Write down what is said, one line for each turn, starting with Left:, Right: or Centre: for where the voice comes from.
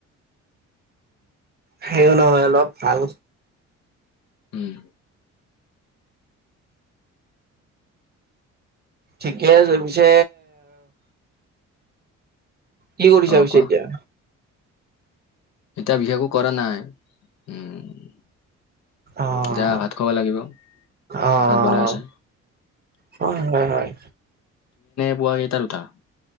Right: সেইও নহয় অলপ ভাল।
Left: উম।
Right: ঠিকেই আছে, পিছে কি কৰিছা
Left: অ
Right: পিছে
Left: কোৱা
Right: এতিয়া?
Left: এতিয়া বিশেষ একো কৰা নাই, উম'।
Right: আহ',
Left: এতিয়া ভাত খাব লাগিব
Right: আহ'।
Left: ভাত বনাই আছে
Right: হয় হয় হয়।
Left: পোৱাগেই তাৰুটা।